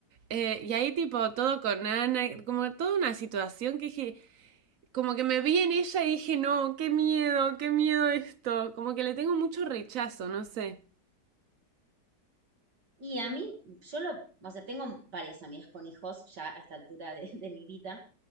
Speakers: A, on the right; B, on the right.
A: Eh, y ahí tipo todo con Ana, como toda una situación que dije, como que me vi en ella y dije, no, qué miedo, qué miedo esto. Como que le tengo mucho rechazo, no sé.
B: Y a mí, yo lo, o sea, tengo varias amigas con hijos ya a esta altura de, de mi vida,